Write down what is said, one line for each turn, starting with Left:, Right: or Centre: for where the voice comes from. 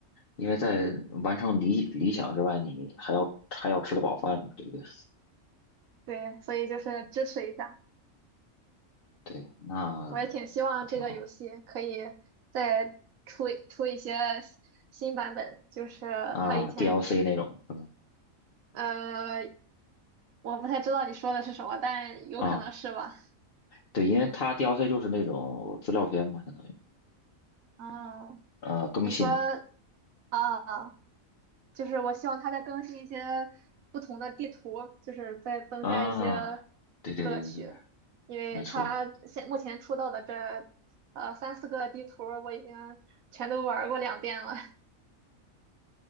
Left: 因为在完成理理想之外，你还要还要吃得饱饭嘛，对不对？
Right: 对，所以就是支持一下。
Left: 对，那还挺好
Right: 我也挺希望这个游戏可以再出一出一些新新版本，就是它以前出，
Left: 啊，DLC 那种是吗？
Right: 呃，我不太知道你说的是什么，但有可能是吧？
Left: 啊，对，因为它 DLC 就是那种资料片嘛，相当于
Right: 嗯，
Left: 呃更新
Right: 你说。啊。就是我希望它再更新一些不同的地图，就是再增加一些
Left: 啊，对对对对对，
Right: 乐趣，因为它现目前出到的这呃三四个地图我已经全都玩儿过两遍了，
Left: 没错
Right: <laughs>